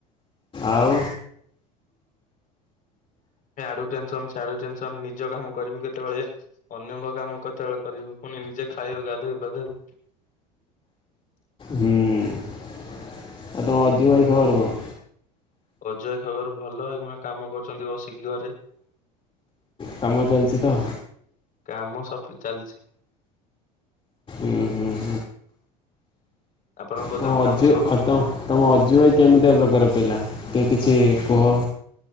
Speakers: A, on the left; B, on the left.
A: ଆଉ।
B: ଆଡୁ ଟେନ୍‌ସନ୍ ସାଡୁ ଟେ‌ନ୍‌ସନ୍ ନିଜ କାମ କରିମି କେତେବେଳେ। ଅନ୍ୟଙ୍କ କାମ କେତେବେଳେ କରିବୁ ପୁଣି ନିଜେ ଖାଇବୁ ଗାଧୋଇବୁ ପାଧେଇବୁ।
A: ହୁଁଆଉ ତମ ଅଜୁ ଭାଇ ଖବର କଣ?
B: ଅଜୁ ଭାଇ ଖବର ଭଲ ଏଇଖୁଣା କାମ କରୁଚନ୍ତି ବସିକି ଘରେ।
A: କାମ ଚାଲଚି ତ।
B: କାମ ସପି ଚାଲଚି।
A: ଉଁ ହୁଁ।
B: ଆପଣଙ୍କ ଗୋଦାମ
A: ତମ ଅଜୁ
B: କାମ ସହ
A: ଅ ତମ୍ ତମ ଅଜୁ ଭାଇ କେମିତିଆ ପ୍ରକାର ପିଲା କି କିଛି କୁହ।